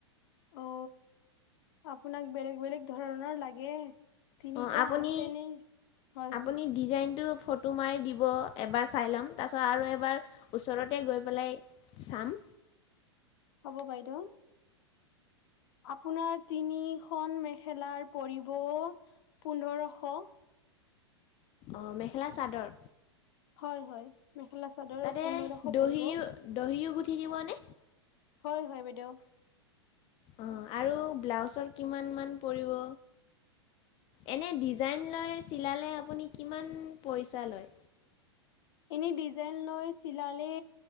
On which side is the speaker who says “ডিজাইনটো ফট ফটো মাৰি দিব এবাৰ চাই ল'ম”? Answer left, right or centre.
Left